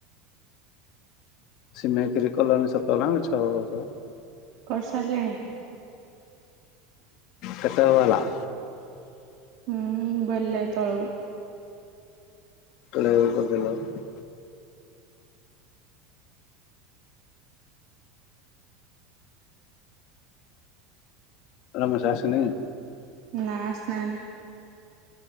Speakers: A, on the left; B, on the right.
A: ସିମେଖିରି କଲନା ସତ ନା ମିଛ କହୁଚ?
B: କରସାରିଲେଣି।
A: କେତେବେଳା ହେଲା
B: ହୁଁ, ବେଲେ ତଳକୁ
A: କଣ କରଦ <inaudible> ର ମଜ ଆସୁନି
B: ନା, ଆସିନାହାନ୍ତି।